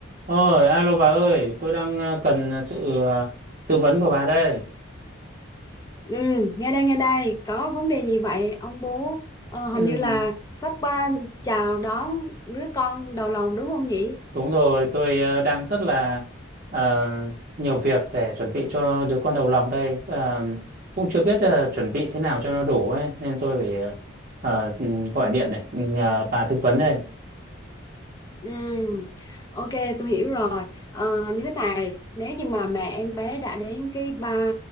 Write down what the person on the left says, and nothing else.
Ừ, nghe đây nghe đây có vấn đề gì vậy ông bố ờ, hình
như là sắp ba chào đón đứa con đầu lòng đúng không nhỉ
ừ, ok tôi hiểu rồi ờ, như thế này nếu như mà mẹ em bé đã đến cái ba